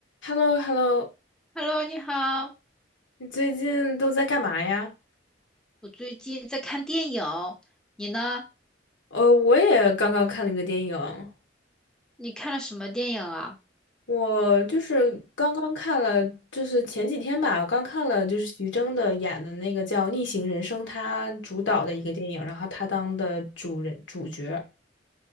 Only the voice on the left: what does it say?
h e l l o h e l l o
你最近都在干嘛呀？
呃，我也刚刚看了一个电影，
我就是刚刚看了，就是前几天吧，我刚看了就是徐峥的演的那个叫《逆行人生》，他主导的一个电影，然后他当的主人主角，